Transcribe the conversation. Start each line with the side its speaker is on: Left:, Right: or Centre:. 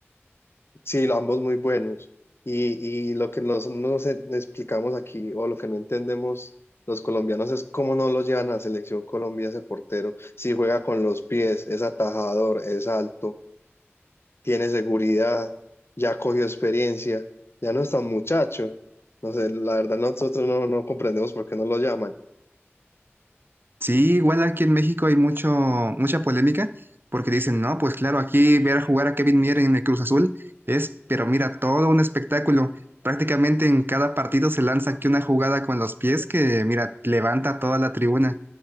Left: Sí, ambos muy buenos. Y, y lo que nos, nos explicamos aquí, o lo que no entendemos los colombianos, es cómo no lo llevan a la selección Colombia ese portero. Si juega con los pies, es atajador, es alto, tiene seguridad, ya cogió experiencia, ya no es tan muchacho. No sé, la verdad nosotros no, no comprendemos por qué no lo llaman.
Right: Sí, igual aquí en México hay mucho, mucha polémica porque dicen, no, pues claro, aquí ver jugar a Kevin Mier en el Cruz Azul es, pero mira, todo un espectáculo. Prácticamente en cada partido se lanza aquí una jugada con los pies que, mira, levanta toda la tribuna.